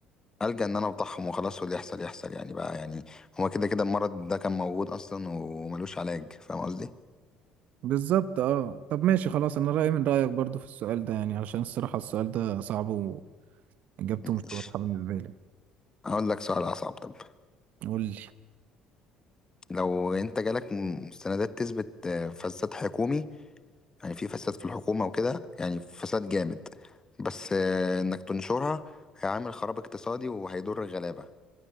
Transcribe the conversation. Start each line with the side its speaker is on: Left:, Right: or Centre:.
Left: ألجأ إن أنا أفضحهم وخلاص واللي يحصل يحصل يعني بقى يعني هو كده كده المرض ده كان موجود أصلا وملوش علاج فاهم قصدي؟
Right: بالظبط اه طب ماشي خلاص انا رأيي من رأيك برضو في السؤال ده يعني علشان الصراحة السؤال ده صعب واجابته
Left: ماشي
Right: مش واضحة بالنسبة لي
Left: هقول لك سؤال أصعب طب
Right: قول لي
Left: لو أنت جالك م- مستندات تثبت آه، فساد حكومي يعني في فساد في الحكومة وكده يعني فساد جامد بس آه، إنك تنشرها هيعمل خراب اقتصادي وهيضر الغلابة